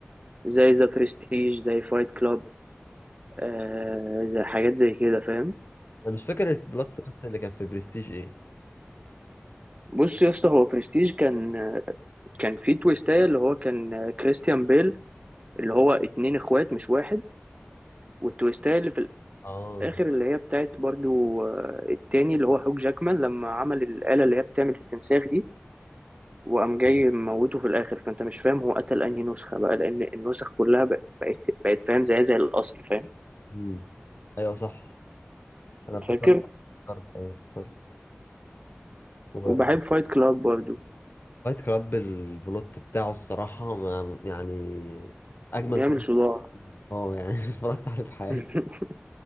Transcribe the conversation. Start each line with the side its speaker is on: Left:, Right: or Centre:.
Right: زي ذا برستيج زي فايت كلاب آه زي حاجات زي كده فاهم
Left: انا مش فاكر البلوت تويست اللي كان في برستيج ايه
Right: بص يا اسطى هو برستيج كان كان فيه تويستاية اللي هو كان كريستيان بيل اللي هو اتنين اخوات مش واحد والتويستاية اللي في
Left: اه
Right: الاخر اللي هي بتاعت برضو آه، التاني اللي هو هوك جاكمان لما عمل الآلة اللي هي بتعمل استنساخ دي وقام جاي
Left: ايوه
Right: موته في الاخر فانت مش فاهم هو قتل انهي نسخه بقى لان النسخ كلها بق- بقت بقت فاهم زي زي الاصل فاهم
Left: امم ايوه صح انا افتكرت
Right: فاكر
Left: افتكرت ايوه افتكرت وفايت
Right: وبحب فايت كلاب برضو
Left: كلاب البلوت بتاعه الصراحه ما يعني اجمد
Right: يعمل
Left: بلوت
Right: صداع
Left: اه يعني <laughs> اتفرجت عليه في حياتي
Right: <laughs>